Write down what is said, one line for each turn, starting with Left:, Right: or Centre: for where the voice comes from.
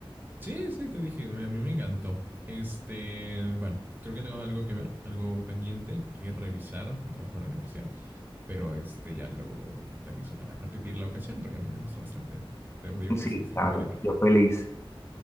Right: Sí, sí, te dije, a mí me encantó. Este, bueno, creo que tengo algo que ver, algo pendiente que revisar, un trabajo en la universidad, pero este ya luego eh, te aviso para repetir la ocasión porque a mí me gustó bastante. Te digo que
Left: Sí,
Right: sí, estuvo
Left: claro,
Right: muy divertido.
Left: yo feliz.